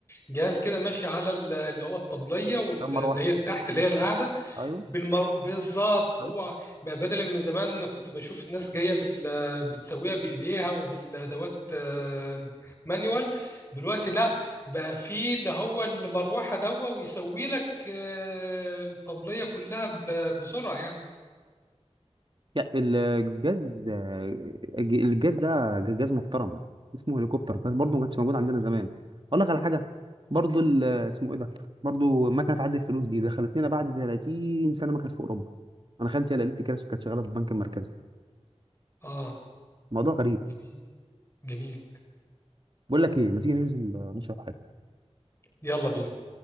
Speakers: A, on the left (about 25°); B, on the right (about 45°).
A: جهاز كده ماشي على ال- اللي هو الطبلية واللي
B: لما اروح
A: هي اللي تحت
B: مم.
A: اللي هي القاعدة
B: ايوه
A: بالمر... بالظبط
B: أيوة.
A: هو بقى بدل من زمان كنت بشوف الناس جايه بال... بتسويها بايديها وبالادوات آه، مانيوال دلوقتي لا بقى في اللي هو المروحه دوا ويسوي لك آه، الطبليه كلها ب... بسرعه يعني
B: يا- الجاز الج- الجاز ده جاز محترم اسمه هليكوبتر كان برضه ما كانش موجود عندنا زمان اقول لك على حاجه برضه ال- اسمه ايه ده برضه مكنه عد الفلوس دي دخلت لنا بعد 30 سنه ما كانت في اوروبا انا خالتي هي اللي قالت لي كده كانت شغاله في البنك المركزي
A: اه
B: موضوع غريب
A: جميل جميل
B: بقول لك ايه ما تيجي ننزل آه، نشرب حاجه
A: يلا بينا